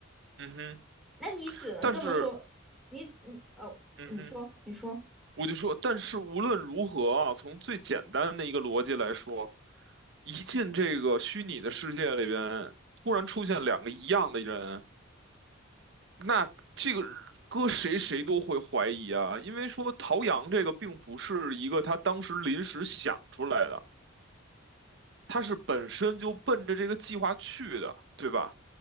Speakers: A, on the right; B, in the centre.
A: 嗯哼，
B: 那你只能这么说，
A: 但是，
B: 你你呃，
A: 嗯哼，
B: 你说你说。
A: 我就说，但是无论如何啊，从最简单的一个逻辑来说，一进这个虚拟的世界里边，突然出现两个一样的人，那这个搁谁谁都会怀疑啊，因为说陶阳这个并不是一个他当时临时想出来的。他是本身就奔着这个计划去的，对吧？